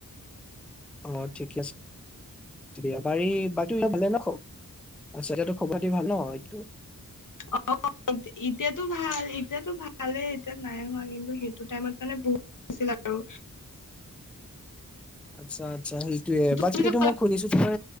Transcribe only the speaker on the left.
অ এতিয়াতো ভাল এতিয়াতো ভালে এতিয়া নাই হোৱা কিন্তু সেইটো টাইমত মানে বহুত আছিল আৰু
তুমি যে